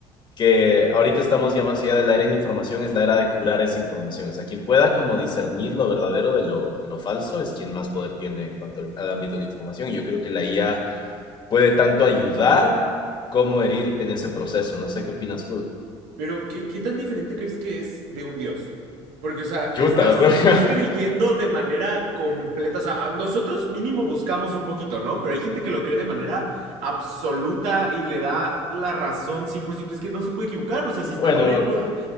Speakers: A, on the left; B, on the right.
A: que ahorita estamos ya más allá de la era de la información, es la era de curar esa información. O sea, quien pueda como discernir lo verdadero de lo, de lo falso es quien más poder tiene en cuanto al, al ámbito de información. Y yo creo que la IA puede tanto ayudar como herir en ese proceso. No sé qué opinas tú.
B: Pero, ¿qué, qué tan diferente crees que es de un dios? Porque, o sea,
A: Chuta,
B: estás,
A: <laughs>
B: estás creyendo de manera completa. O sea, a- nosotros mínimo buscamos un poquito, ¿no? Pero hay gente que lo cree de manera absoluta y le da la razón cien por ciento, Es que no se puede equivocar. O sea, si
A: bueno,
B: está mal él, co-